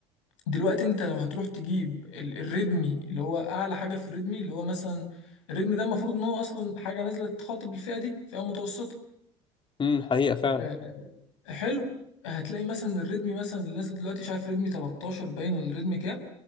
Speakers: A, on the left (about 85°); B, on the left (about 30°).
A: دلوقتي انت لو هتروح تجيب ال- الريدمي اللي هو اعلى حاجه في الريدمي اللي هو مثلا الريدمي ده المفروض ان هو اصلا حاجه نازله تخاطب الفئه دي فئه متوسطه
B: امم حقيقه فعلا
A: آه، حلو هتلاقي مثلا الريدمي مثلا اللي نازل دلوقتي شايف ريدمي 13 باين ولا ريدمي كام